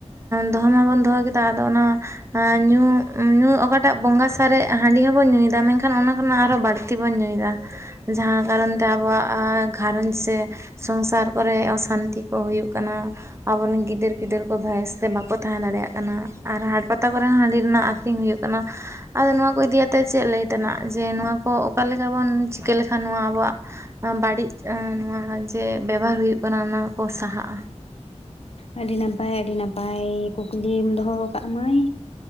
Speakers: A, on the right (about 20°); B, on the left (about 55°).
A: ᱫᱚᱦᱚ ᱢᱟᱵᱚᱱ ᱫᱚᱦᱚᱼᱼ ᱟᱫᱚ ᱚᱱᱟ ᱧᱩ ᱧᱩ ᱚᱠᱟᱴᱟᱜ ᱵᱚᱸᱜᱟ ᱥᱟᱨᱮᱜᱼᱼ ᱦᱟᱺᱰᱤ ᱦᱚᱸ ᱵᱚᱱ ᱧᱩᱭᱮᱫᱟ ᱢᱮᱱᱠᱷᱟᱱ ᱚᱱᱟ ᱠᱷᱚᱱᱟᱜ ᱟᱨᱦᱚ ᱵᱟᱹᱲᱛᱤ ᱵᱚᱱ ᱧᱩᱭᱮᱫᱟ᱾ ᱡᱟᱦᱟᱸ ᱠᱟᱨᱚᱱ ᱛᱮ ᱟᱵᱚᱣᱟᱜ ᱜᱷᱟᱨᱚᱸᱡᱽ ᱥᱮᱼᱼ ᱥᱚᱝᱥᱟᱨ ᱠᱚᱨᱮᱜ ᱚᱥᱟᱱᱛᱤ ᱠᱚ ᱦᱩᱭᱩᱜ ᱠᱟᱱᱟ ᱟᱵᱚᱨᱮᱱ ᱜᱤᱫᱟᱹᱨ ᱯᱤᱫᱟᱹᱨ ᱠᱚ ᱵᱷᱚᱭᱮᱥᱛᱮ ᱵᱟᱠᱚᱼᱼ ᱛᱟᱦᱮᱸ ᱫᱟᱲᱮᱭᱟᱜ ᱠᱟᱱᱟ ᱟᱨ ᱦᱟᱴ ᱯᱟᱛᱟ ᱠᱚᱨᱮ ᱦᱚᱸ ᱦᱟᱺᱰᱤ ᱨᱮᱱᱟᱜ ᱟᱠᱷᱨᱤᱧ ᱦᱩᱭᱩᱜ ᱠᱟᱱᱟ ᱟᱫᱚ ᱱᱚᱣᱟ ᱠᱚᱼᱼ ᱠᱚ ᱤᱫᱤᱭᱟᱛ ᱪᱮᱫ ᱞᱟᱹᱭ ᱛᱮᱱᱟᱜ ᱡᱮ ᱱᱚᱣᱟ ᱠᱚ ᱚᱠᱟ ᱞᱮᱠᱟ ᱵᱚᱱ ᱪᱤᱠᱟᱹ ᱞᱮᱠᱷᱟᱱ ᱱᱚᱣᱟ ᱟᱵᱚᱣᱟᱜᱼᱼ ᱵᱟᱹᱲᱤᱡ ᱱᱚᱣᱟ ᱡᱮ ᱵᱮᱵᱟᱨ ᱦᱩᱭᱩᱜ ᱠᱟᱱᱟ ᱚᱱᱟ ᱠᱚ ᱥᱟᱦᱟᱜᱼᱟ᱾
B: ᱟᱹᱰᱤ ᱱᱟᱯᱟᱭ ᱟᱹᱰᱤ ᱱᱟᱯᱟᱭ ᱠᱩᱠᱞᱤᱢ ᱫᱚᱦᱚᱣᱟ ᱠᱟᱜ ᱢᱟᱹᱭᱻ